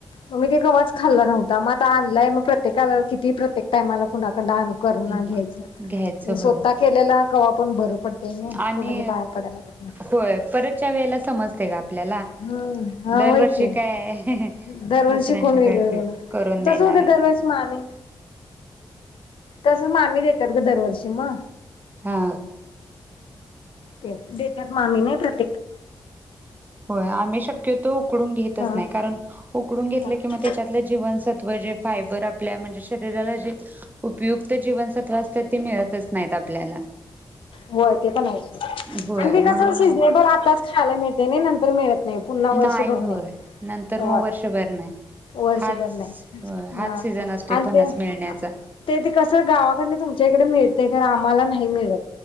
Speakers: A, on the left; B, on the right.
A: म मी ते कवाच खाल्ला नव्हता म आता आणलाय म प्रत्येकाला किती प्रत्येक टायमाला कुणा कडाणूकरुणा
B: म
A: घ्यायचा
B: घ्यायचं
A: मी स्वत
B: होय
A: केलेला कवा पण बरं पडतंय नाही
B: आणि
A: कोणाच्या बाहेर पडायला लागत नाही.
B: होय परतच्या वेळेला समज असते ग आपल्याला
A: हम्म हा
B: दरवर्षी
A: होय की.
B: काय
A: दरवर्षी
B: दुसऱ्यांच्या
A: कोण वेगळं
B: कडनं
A: गेलं
B: करून देणार
A: तसं होतं
B: आहे
A: दरवर्षी
B: की
A: मामी तसं मामी देतात गं दरवर्षी म
B: हा
A: ते देत्यात मामी नाही प्रत
B: होय आमेश शक्यतो उकडून घेतच
A: हा
B: नाही कारण उक उकडून घेतलं
A: हा
B: किं म त्याच्यातलं जीवनसत्व जे फायबर आपल्या म जे शरीराला जे उपयुक्त जीवनसत्व असतात ते मिळत अस नाहीत आपल्याला
A: होय ते पण आहेच
B: होय
A: आणि ते
B: म्हणून
A: कसं सीझनेबल
B: मग
A: आताच खाला मिळते नाही नंतर मिळत नाही पुन्हा वर्षभर
B: नाही होय
A: नाही
B: नंतर मग
A: हो
B: वर्षभर नाही
A: वर्षभर
B: हाच
A: नाही
B: होय, हाच
A: हा
B: सीझन असतोय
A: आणि
B: फणस
A: ते
B: मिळण्याचा
A: ते ते कसं गावाकडनं तुमच्या इकडे मिळते कार आम्हाला नाही मिळत